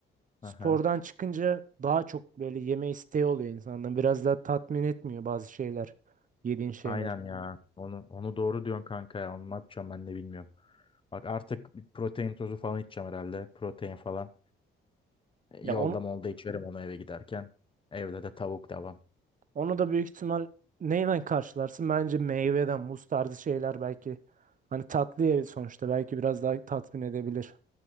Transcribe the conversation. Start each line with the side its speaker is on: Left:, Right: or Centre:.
Right: Spordan
Left: Aha.
Right: çıkınca daha çok böyle yeme isteği oluyor insanda. Biraz daha tatmin etmiyor bazı şeyler. Yediğin şeyler.
Left: Aynen ya. Onu onu doğru diyorsun kanka ya. Onu ne yapacağım ben de bilmiyorum. Bak artık bir protein tozu falan içeceğim herhalde. Protein falan. E,
Right: Ya
Left: Yolda
Right: onu,
Left: molda içerim onu eve giderken. Evde de tavuk devam.
Right: onu da büyük ihtimal neyle karşılarsın? Bence meyveden, muz tarzı şeyler belki. Hani tatlı yeri sonuçta belki biraz daha tatmin edebilir